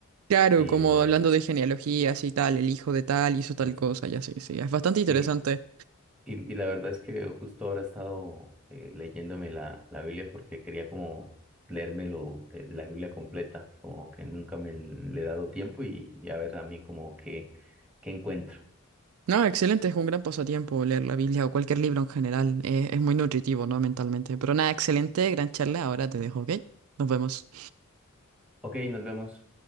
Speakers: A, on the right; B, in the centre.
A: Claro,
B: Y
A: como hablando de genealogías y tal, el hijo de tal hizo tal
B: sí.
A: cosa, ya sí, sí, es bastante
B: Sí,
A: interesante.
B: Y, y la verdad es que justo ahora he estado eh, leyéndome la, la Biblia porque quería como leérmelo, eh, la Biblia completa, como que nunca me le he dado tiempo y, y a ver también como que, qué encuentro.
A: No, excelente, es un gran pasatiempo leer la Biblia o cualquier libro en general, eh, es muy nutritivo, ¿no? Mentalmente. Pero nada, excelente, gran charla, ahora te dejo, ¿ok? Nos vemos.
B: Ok, nos vemos.